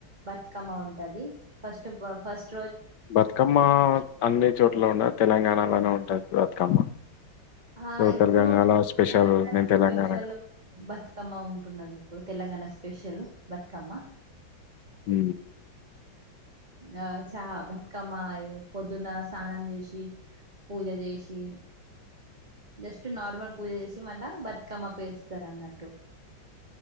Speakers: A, on the right; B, on the left.
A: బతుకమ్మ ఉంటది ఫస్ట్ ఫస్ట్
B: బతుకమ్మ అన్ని చోట్ల ఉండదు తెలంగాణలోనే ఉంటది బతుకమ్మ
A: ఆ
B: సో
A: ఇప్పుడు
B: తెలంగాణలో స్పెషల్
A: తెలంగాణ
B: నేను తెలంగాణ
A: స్పష లో బతుకమ్మ ఉంటున్నది ఇప్పుడు తెలంగాణ స్పెషల్ బతుకమ్మ
B: హ
A: ఆ చా బతుకమ్మ ఇగ పొద్దున స్నానం చేసి పూజ చేసి జస్ట్ నార్మల్ పూజ చేసి మళ్ళా బతుకమ్మ పేరుస్తారు అన్నట్టు